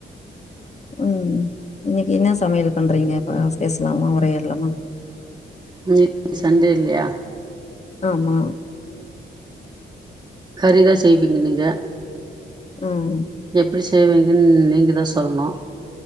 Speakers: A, on the left; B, on the right.
A: ம் இன்னைக்கு என்ன சமயல் பண்றிங்க பா பேச்லாமா உரையாட்லாமா
B: இன்னைக்கு சண்டே இல்லயா
A: ஆமா
B: கறிதா செய்வீங்க நீங்க
A: ம்
B: எப்டி செய்வீங்கன்னு நீங்க தா சொல்லணு